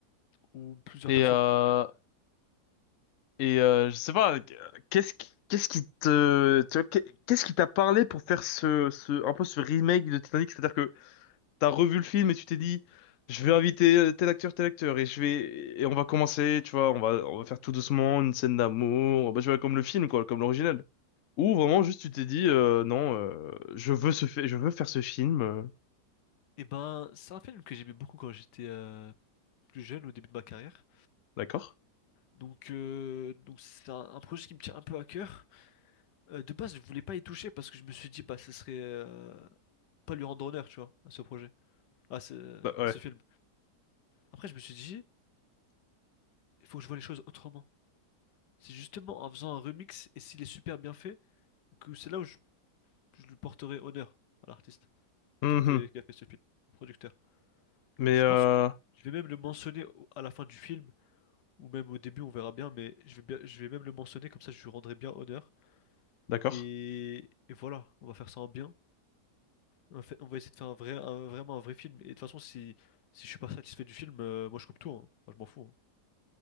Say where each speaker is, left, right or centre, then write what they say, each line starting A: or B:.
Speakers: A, on the left; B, on the left.
A: où plusieurs
B: Et,
A: personnes
B: euh,
A: vont mourir.
B: et, euh, je sais pas, qu'est-ce qui, qu'est-ce qui te, tu vois, qu'est- qu'est-ce qui t'a parlé pour faire ce, ce, un peu ce remake de Titanic? C'est-à-dire t'as revu le film et tu t'es dit, je vais inviter euh, tel acteur, tel acteur, et je vais, et on va commencer, tu vois, on va, on va faire tout doucement une scène d'amour, on va jouer comme le film, quoi, comme l'original. Ou vraiment juste tu t'es dit, euh, non, euh, je veux ce, fait, je veux faire ce film, euh,
A: Et ben, c'est un film que j'aimais beaucoup quand j'étais euh, plus jeune, au début de ma carrière.
B: d'accord?
A: Donc, euh, donc c'est un, un projet qui me tient un peu à cœur. Euh, de base, je voulais pas y toucher parce que je me suis dit, bah, ce serait euh, pas lui rendre honneur, tu vois, à ce projet, à ce,
B: Bah, ouais.
A: à ce film. Après, je me suis dit, il faut que je vois les choses autrement. C'est justement en faisant un remix, et s'il est super bien fait, que c'est là où je, je lui porterai honneur à l'artiste.
B: Mhm.
A: qui a fait, qui a fait ce film, producteur.
B: Mais
A: Et je
B: euh,
A: pense que je vais même le mentionner au- à la fin du film, ou même au début, on verra bien, mais je vais bien, je vais même le mentionner, comme ça je lui rendrai bien honneur.
B: d'accord.
A: Et, et voilà, on va faire ça en bien. On va, fa- on va essayer de faire un vrai, un- vraiment un vrai film. Et de toute façon, si, si je suis pas satisfait du film, euh, moi je coupe tout, hein. Moi, je m'en fous. hein.